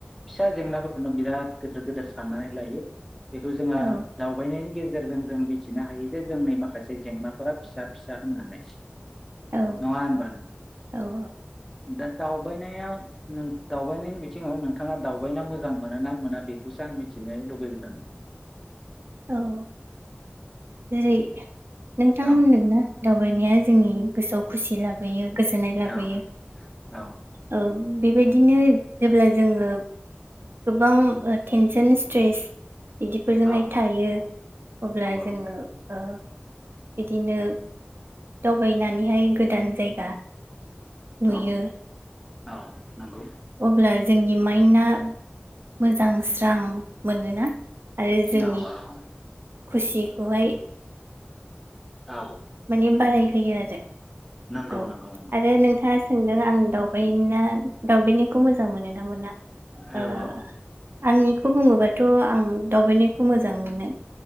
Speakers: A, in the centre; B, on the right.
A: फिसा जेंनाफोरखौनो बिराद गिदिर गिदिर साननानै लायो। बेखौ जोंङहा
B: औ
A: दावबायनायनि गेजेरजों गेजेरजों जों मिथिनो हायो जे जोंनि माखासे जेंनाफोरा फिसा फिसा होननानै।
B: औ
A: नंआ होमबा नोंथां?
B: औा
A: दा दावबायनायाव दावबायनायनि बिथिङाव नोंथाङा दावबायना मोजां मोनो ना मोना बेखौसो आं मिथिनो लुबैदों।
B: औ जि नोंथां होनदोंना
A: औ
B: दावबायनाया जोंनि गोसोआव खुसि लाबोयो। गोजोननाय लाबोयो
A: औ औ
B: औ बेबायदिनो जेब्ला जोङो गोबां टेनसन स्ट्रेस बिदिफोरजोंहाय
A: औ
B: थायो अब्ला
A: नंगौ
B: जोङो बिदिनो दावबायनानैहाय गोदान जायगा नुयो
A: औ औ नंगौ
B: अब्ला जोंनि माइना मोजां स्रां मोनोना आरो जोंनि
A: औ औ
B: खुसिखौहाय
A: औ
B: माने बारायहोयो आरो
A: नंगौ
B: औ
A: नंगौ नंगौ
B: आरो नोंथाङा सोंदों आं दावबाय होनना दाउबायनायखौ मोजां मोनोना मोना?
A: औ
B: ओ
A: औ
B: आंनिफ खौ बुङोबाथ' आं दावबायनायखौ मोजां मोनो।